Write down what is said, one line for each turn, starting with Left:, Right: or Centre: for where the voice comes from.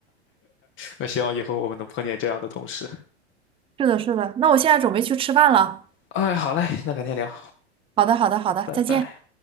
Left: 那希望以后我们能碰见这样的同事。
Right: 是的，是的，那我现在准备去吃饭了。
Left: 哎，好嘞，那改天聊，
Right: 好的，好的，好的，
Left: 拜拜。
Right: 再见。